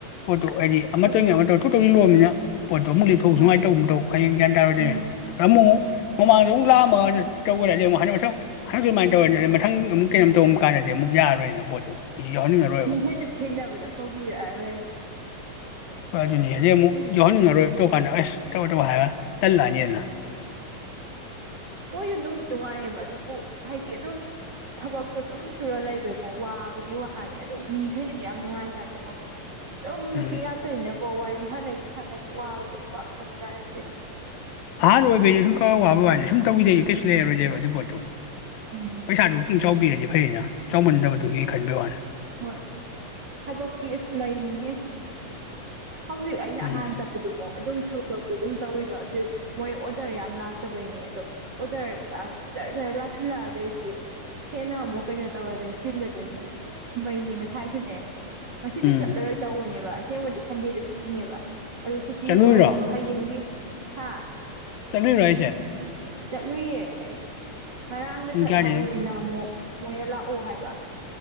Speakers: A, on the left; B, on the right.
A: ꯄꯣꯠꯇꯨ ꯍꯥꯏꯗꯤ
B: ꯎꯝ
A: ꯑꯃꯇꯪ ꯑꯃ <unintelligible> ꯄꯣꯠꯇꯣ ꯑꯃꯨꯛ ꯂꯤꯊꯣꯛꯎ
B: ꯍꯣꯏ
A: ꯁꯨꯉꯥꯏ ꯇꯧꯕ ꯑꯃꯨꯛ ꯇꯧ ꯍꯌꯦꯡ ꯒ꯭ꯌꯥꯟ ꯇꯥꯔꯗꯤꯅꯦ
B: ꯎꯝ
A: ꯑꯃꯨꯛ ꯃꯃꯥꯡꯗ ꯑꯃꯨꯛ ꯂꯥꯛꯑꯃꯒ ꯇꯧꯔꯗꯤ ꯑꯃꯨꯛ <unintelligible> ꯑꯗꯨꯃꯥꯏꯅ ꯇꯧ <unintelligible> <inaudible> ꯈꯪ ꯑꯃꯨꯛ ꯀꯩꯅꯣꯝ ꯇꯧꯔꯝ ꯀꯥꯟꯗꯗꯤ ꯑꯃꯨꯛ ꯌꯥꯔꯣꯏꯅ ꯄꯣꯠꯇꯣ ꯃꯤꯁꯨ ꯌꯥꯎꯍꯟꯅꯤꯡꯉꯔꯣꯏꯕ
B: ꯃꯤꯈꯩꯁꯨ ꯊꯦꯡꯅꯕꯗ ꯀꯧꯕꯤꯔꯛꯑꯔꯣꯏ ꯑꯩ
A: ꯍꯣꯏ ꯑꯗꯨꯅꯤ ꯑꯗꯩꯩ ꯑꯃꯨꯛ ꯌꯥꯎꯍꯟꯅꯤꯡꯉꯔꯣꯏ ꯇꯧ ꯀꯥꯟꯗ ꯑꯁ ꯇꯧ ꯇꯧ ꯍꯥꯏꯔꯒ ꯇꯜꯂꯛꯑꯅꯤꯗꯅ
B: ꯃꯣꯏꯁꯨ ꯅꯨꯡꯗꯤ ꯅꯨꯡꯉꯥꯏꯌꯦꯕ ꯑꯗꯨꯕꯨ ꯍꯥꯏꯗꯤ ꯑꯗꯨꯝ ꯊꯕꯛꯇꯣ ꯑꯗꯨꯝ ꯁꯨꯔ ꯂꯩꯕꯩꯀꯣ ꯋꯥꯕꯒꯤ ꯋꯥꯅꯤ ꯑꯗꯣ ꯃꯤꯈꯩꯗꯨꯗꯤ ꯌꯥꯝ ꯅꯨꯡꯉꯥꯏꯖꯅꯤꯡꯉꯣ ꯑꯗꯨꯕꯨꯨ
A: ꯎꯝ
B: ꯅꯨꯄꯤ ꯉꯥꯛꯇꯅꯤꯅ ꯑꯣ ꯋꯥꯔꯤ ꯁꯥꯟꯅꯈꯤ ꯁꯥꯟꯅꯈꯤ ꯋꯥꯕꯕꯨꯗꯤ ꯄꯥꯛ ꯈꯪꯕꯖꯥꯠ ꯅꯠꯇꯦꯗ
A: ꯑꯍꯥꯟꯕ ꯑꯣꯏꯕꯩ ꯁꯨꯝ ꯈꯔ ꯋꯥꯕ ꯋꯥꯅꯤ ꯁꯨꯝ ꯇꯧꯈꯤꯗꯩꯗꯤ ꯀꯩꯁꯨꯝ ꯂꯩꯔꯔꯣꯏꯗꯩꯩꯕ ꯑꯗꯨꯏ ꯄꯣꯠꯇꯣ
B: ꯎꯝ
A: ꯄꯩꯁꯥꯗꯨꯀꯤ ꯆꯥꯎꯕꯤꯔꯗꯤ ꯐꯩꯌꯦꯅ ꯆꯥꯎꯃꯟꯗꯕꯗꯨꯒꯤ ꯈꯟꯕꯤ ꯋꯥꯅꯤ
B: ꯍꯣꯏ ꯊꯕꯛꯇꯤ ꯑꯁ ꯃꯩꯅꯤꯍꯦ ꯍꯧꯖꯤꯛ ꯑꯩꯅ
A: ꯎꯝ
B: ꯑꯍꯥꯟ ꯆꯠꯄꯗꯨꯀꯣ ꯑꯗꯨꯝ ꯊꯕꯛ ꯊꯕꯛꯇꯨ ꯑꯗꯨꯝ ꯇꯧꯔꯤꯗꯣ ꯑꯗꯨ ꯃꯣꯏ ꯑꯣꯔꯗꯔ ꯌꯥꯝ ꯂꯥꯛꯇꯕꯩꯅꯦ ꯑꯗꯣ ꯑꯣꯗꯔ ꯖꯔ ꯖꯔ ꯂꯥꯛꯁꯤꯂꯛꯑꯗꯤ ꯑꯗꯩꯗꯤ ꯍꯦꯟꯅ ꯑꯃꯨꯛ ꯀꯩꯅꯣ ꯇꯧꯔꯗꯣꯏꯅꯤ ꯆꯤꯜꯂꯗꯣꯏꯅꯤ ꯑꯁ ꯃꯩꯅꯤ ꯉꯁꯥꯏꯁꯨꯅꯦ ꯉꯁꯤꯗꯣ
A: ꯎꯝ
B: ꯆꯠꯂꯔꯣꯏ ꯇꯧꯕꯅꯦꯕ ꯑꯁ <unintelligible> ꯁꯟꯗꯦꯗꯨ ꯁꯨꯇꯤꯅꯦꯕ ꯑꯗꯨ ꯁꯨꯇꯤ
A: ꯆꯠꯂꯨꯏꯔꯣ
B: ꯑꯣꯏꯔꯁꯨ ꯍꯌꯦꯡꯒꯤ ꯍꯥꯥ
A: ꯆꯠꯂꯨꯏꯔꯣ ꯍꯥꯏꯁꯦ
B: ꯆꯠꯂꯨꯏꯌꯦ ꯑꯩ ꯉꯔꯥꯡꯗ
A: ꯄꯨꯡ
B: ꯆꯠꯍꯧꯔꯤꯅꯤꯅ
A: ꯀꯌꯥꯗꯩ
B: ꯑꯃꯨꯛ ꯃꯣꯏꯅ ꯂꯥꯛꯑꯣ ꯍꯥꯏꯕ